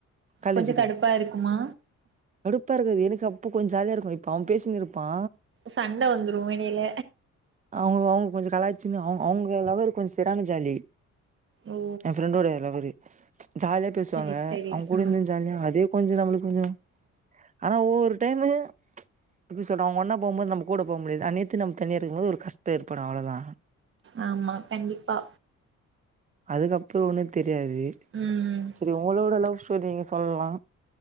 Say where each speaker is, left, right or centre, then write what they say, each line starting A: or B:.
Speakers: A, on the right; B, on the right.
A: காலேஜ்
B: கொஞ்சோ கடுப்பா இருக்குமா
A: வெறுப்பா இருக்காது எனக்கு அப்போ கொஞ்சோ ஜாலியா இருக்கு இப்போ அவ பேசினுருப்பா
B: சண்ட வந்துரு எடையில
A: அவுங்க அவுங்க கொஞ்சோ கலாய்ச்சினு அவ அவுங்க லவ்வரு கொஞ்சோ செரியான ஜாலி
B: ஓ
A: ஏ ஃபிரண்டோடைய லவ்வரு ஜாலியா பேசுவாங்க
B: சரி சரி
A: அவுங்க கூட
B: ஆ
A: இருந்தா ஜாலியா அதே கொஞ்சோ நம்முளுக்கு கொஞ்சோ ஆனா ஒவ்வோரு டைமு எப்டி சொல்ற அவுங்க ஒண்ணா போம்போது நம்ம கூட போ முடியாது அ நேர்த்து நம்ம தனியா இருக்கும் போது ஒரு கஷ்டோ ஏற்படோ அவ்ளோ தா
B: ஆமா கண்டிப்பா
A: அதுக்கப்றோ ஒன்னு தெரியாது
B: ம் ம்
A: செரி உங்களோட லவ் ஸ்டோரி நீங்க சொல்லலா